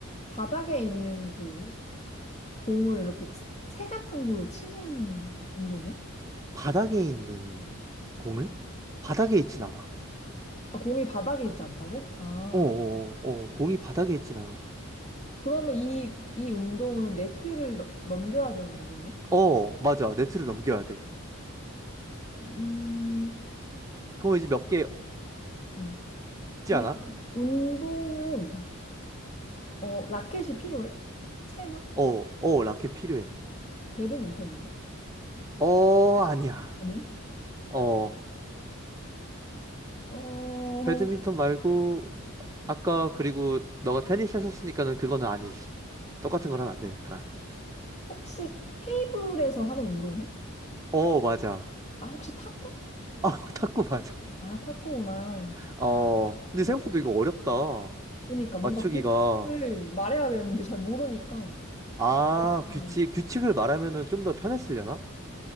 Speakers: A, on the left; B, on the right.
A: 바닥에 있는 그 공을 이렇게 치- 채 같은 걸로 치는 운동이야?
B: 바닥에 있는 공을? 바닥에 있진 않아.
A: 아, 공이 바닥에 있지 않다고? 아,
B: 어, 어, 어, 어, 공이 바닥에 있진 않아.
A: 그러면 이, 이 운동은 네트를 넘- 넘겨야 되는 운동이야?
B: 어, 맞아. 네트를 넘겨야 돼.
A: 음,
B: 그럼 이제 몇 개,
A: 음.
B: 있지
A: 이
B: 않아?
A: 운동은 어, 라켓이 필요해? 채나?
B: 어, 어, 라켓 필요해.
A: 배드민턴인가?
B: 어, 아니야.
A: 아니야?
B: 어,
A: 어,
B: 배드민턴 말고, 아까, 그리고, 너가 테니스 했었으니까는 그거는 아니지. 똑같은 걸 하면 안 되니까.
A: 혹시 테이블에서 하는 운동이야?
B: 어, 맞아.
A: 아, 혹시 탁구?
B: 아, <laughs> 탁구 맞아.
A: 아, 탁구구나.
B: 어, 근데
A: 오,
B: 생각보다 이거 어렵다.
A: 그러니까 뭔가
B: 맞추기가.
A: 규칙을 말해야 되는데 잘 모르니까
B: 아,
A: 조금 어렵네.
B: 규칙, 규칙을 말하면은 좀 더 편했으려나?